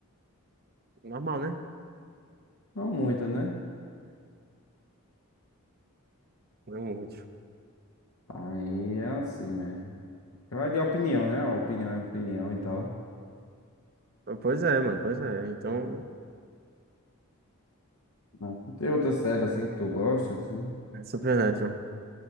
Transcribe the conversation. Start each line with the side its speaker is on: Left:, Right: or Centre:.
Right: Normal, né?
Left: Não muito, né?
Right: Realmente.
Left: Aí é assim mesmo. Então, É de opinião, né? A opinião é opinião e tal.
Right: Pois é, mano, pois é. Então,
Left: Não Tem outra série assim que tu gosta, assim?
Right: é Supernatural.